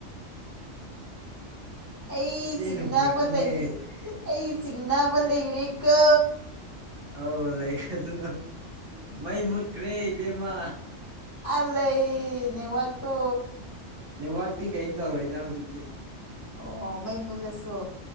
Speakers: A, on the left (about 25°); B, on the right (about 50°).
A: ꯑꯩ
B: ꯏꯆꯦꯅ
A: ꯆꯤꯡꯅꯕ
B: ꯄꯨꯔꯛꯄꯅꯦ
A: ꯂꯩ ꯑꯩ ꯆꯤꯡꯅꯕ ꯂꯩꯔꯦ ꯀ
B: ꯑꯣꯧ ꯂꯩꯈꯗꯅꯨ ꯃꯩ ꯃꯨꯠꯈ꯭ꯔꯦ ꯏꯕꯦꯝꯃꯥ
A: ꯑꯂ ꯅꯋꯥꯒ ꯇꯨ
B: ꯅꯦꯠꯋꯥꯛꯇꯤ ꯀꯔꯤꯝ ꯇꯧꯔꯣꯏꯗ ꯍꯧꯖꯤꯛꯇꯤ
A: ꯑꯣ ꯃꯩ ꯃꯨꯜꯂꯁꯨ